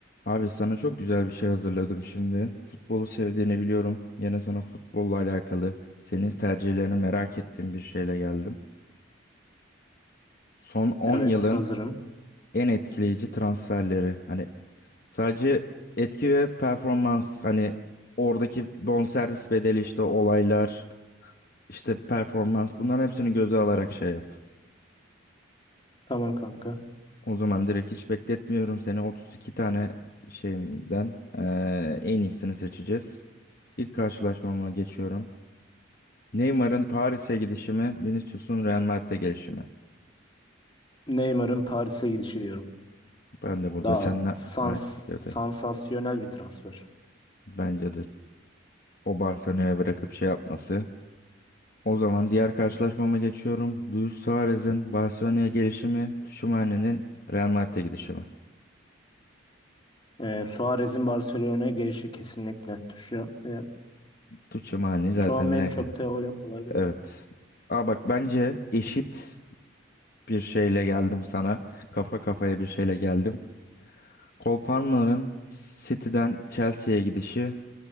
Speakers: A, on the left; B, on the left.
A: Abi sana çok güzel bir şey hazırladım şimdi. Futbolu sevdiğini biliyorum. Yine sana futbolla alakalı senin tercihlerini merak ettiğim bir şeyle geldim. Son 10
B: Evet,
A: yılın
B: hazırım.
A: en etkileyici transferleri. Hani sadece etki ve performans hani oradaki bonservis bedeli işte olaylar işte performans bunların hepsini göze alarak şey yap.
B: Tamam kanka.
A: O zaman direkt hiç bekletmiyorum seni 32 tane şeyimden eee, en iyisini seçeceğiz. İlk karşılaşmama geçiyorum. Neymar'ın Paris'e gidişi mi, Vinicius'un Real Madrid'e gelişi mi?
B: Neymar'ın Paris'e gidişi diyorum.
A: Ben de burada
B: Daha
A: seninle
B: sans
A: aynı fikirdeyim.
B: sansasyonel bir transfer.
A: Bence de o Barcelona'ya bırakıp şey yapması. O zaman diğer karşılaşmama geçiyorum. Luis Suarez'in Barcelona'ya gelişi mi, Tchouaméni'nin Real Madrid'e gidişi mi?
B: Ee, Suarez'in Barcelona'ya gelişi kesinlikle. Şu, e,
A: Tchouaméni zaten
B: Tchouaméni
A: ne?
B: çok da öyle olaydı.
A: Evet. Aa bak bence eşit bir şeyle geldim sana. Kafa kafaya bir şeyle geldim. Cole Palmer'ın City'den Chelsea'ye gidişi,